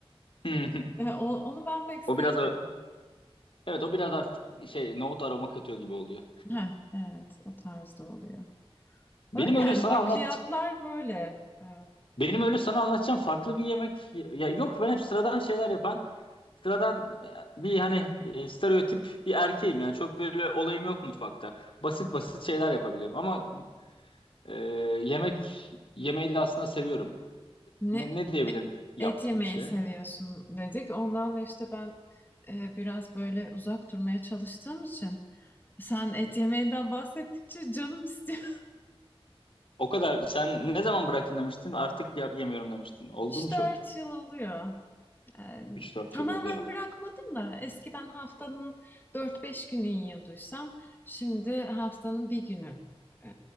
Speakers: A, on the left; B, on the left.
A: <laughs>
B: E, o- onu ben pek sevmiyorum.
A: O biraz a- evet o biraz artık şey nohut aroma katıyor gibi oluyor.
B: ha evet, o tarzda oluyor.
A: Benim
B: Öyle
A: öyle
B: yani
A: sana
B: bakliyatlar
A: anlat
B: böyle. E,
A: benim öyle sana anlatacağım farklı bir yemek ya yok ben hep sıradan şeyler yapan sıradan bir hani e, stereotip bir erkeğim yani çok böyle olayım yok mutfakta. Basit basit şeyler yapabiliyorum ama Ee, yemek yemeği de aslında seviyorum.
B: ne
A: Ne, ne diyebilirim yaptığım
B: et yemeyi
A: şeye?
B: seviyorsun dedik. Ondan da işte ben e, biraz böyle uzak durmaya çalıştığım için sen et yemeğinden bahsettikçe canım istiyor.
A: O kadar. Sen ne zaman bıraktın demiştin? Artık ya- yemiyorum demiştin. Oldu
B: 3-4
A: mu çok?
B: yıl oluyor. Ee,
A: Üç dört
B: tamamen
A: yıl oluyor.
B: bırakmadım da eskiden haftanın 4-5 günü yiyorduysam şimdi haftanın bir günü e,